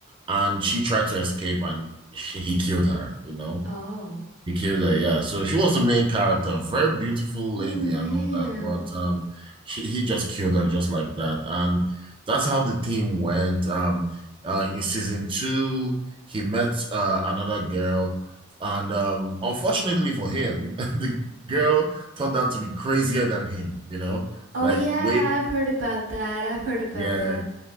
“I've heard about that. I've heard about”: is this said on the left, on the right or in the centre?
Right